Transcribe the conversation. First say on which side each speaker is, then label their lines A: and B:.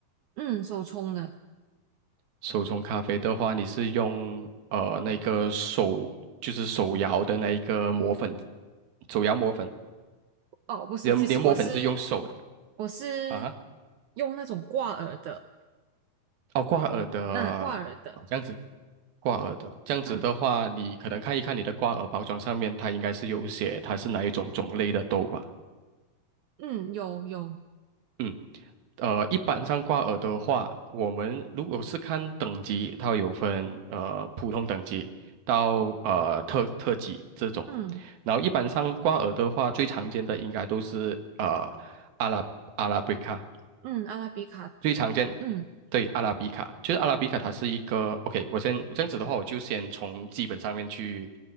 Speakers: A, on the right (about 70°); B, on the right (about 85°).
A: 嗯，手冲的，
B: 手冲咖啡的话，你是用呃那个手就是手摇的那一个磨粉，手摇磨粉，
A: 哦，不是，
B: 你的你的磨粉是用手的
A: 其实我是我是
B: 啊？
A: 用那种挂耳的，
B: 哦，挂耳的，
A: 那挂耳的。
B: 哦这样子，挂耳的，这样子的话，
A: 嗯。
B: 你可能看一看你的挂耳包装上面，它应该是有写它是哪一种种类的豆吧。
A: 嗯，有有，
B: 嗯，呃，一般上挂耳的话，我们如果是看等级，它有分呃普通等级到呃特特级这种，
A: 嗯
B: 然后一般上挂耳的话，最常见的应该都是呃阿拉阿拉比卡，
A: 嗯，阿拉比卡，
B: 最常见，
A: 嗯
B: 对，阿拉比卡，就是阿拉比卡，它是一个 OK。我先这样子的话，我就先从基本上面去